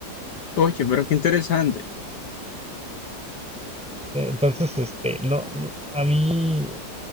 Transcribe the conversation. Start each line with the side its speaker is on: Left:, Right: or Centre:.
Left: oye, pero qué interesante.
Centre: Eh, Entonces, este, no, no, a mí,